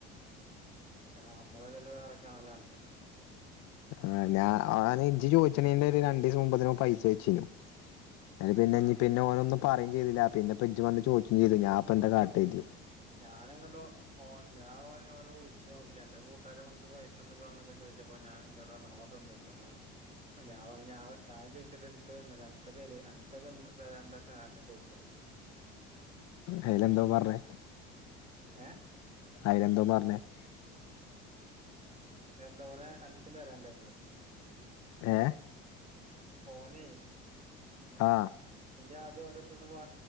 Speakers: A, on the right; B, on the left.
A: ഒക്കെ അമ്മളതല്ലെ വേറെ കാണലാണല്ലോ
B: ആ ഞാ ഓന് ഇജ്ജ് ചോയ് ച്ച്‌ണെയ്ന്റെ ഒരു രണ്ടീസം മുമ്പത്തന്നെ ഓൻ പൈ യിച്ചിനു അയിന് പിന്നെ
A: ആ
B: ഇഞ് പിന്നെ ഓനൊന്നും പറിം ചെയ്തില പിന്നെ പ്പൊ ഇജ് വന്ന് ചോയ്ക്കും ചെയ്തു ഞാപ്പൊ എന്താ കാട്ടയ്തി
A: ഞാനങ്ങട്ടോ ഓ ഞാൻ ഓനെ വിളിച്ച് നോക്കി അന്റെ ഫോ ക്കാര നമുക്ക് പൈസ തന്നിക്കണോ എന്നൊക്കെ ചോദിച്ചപ്പോ ഞാൻ എണ്ടോട് പറഞ് ഓൻ തന്ന്ക്ക്ണ് ഞാൻ പറഞ്ഞ് ഞാൻ ഞാ ചോയിച്ചിട്ട് എന്ക്ക് തന്നില്ലാന്ന് അന്ക്ക് തരി അന്ക്ക് തരാണ്ട കാരണം ചോദിച്ചേ
B: അയിലെന്താ ഓൻ പറഞ്ഞ്
A: ഏഹ്
B: അയിന് എന്തോ പറഞ്ഞേ <inaudible>
A: എന്താ ഓന് അനക്കും തരാണ്ടയ്നോ
B: ഏ
A: ഓനെ
B: ആ
A: ഇജ് ആദ്യം ഓന്റടുത്ന്ന്ന് വാ